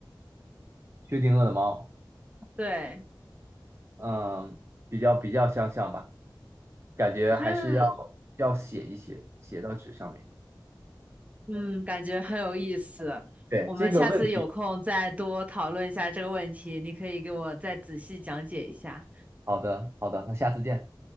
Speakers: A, on the right; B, on the right.
A: 薛定谔的猫，
B: 对，
A: 嗯，比较比较相像吧，感觉还是要
B: 就是。
A: 要写一写，写到纸上面。
B: 嗯，感觉很有意思。
A: 对，
B: 我们下次有空再多讨论一下这个问题，
A: 这个问题，
B: 你可以给我再仔细讲解一下。
A: 好的好的，那下次见。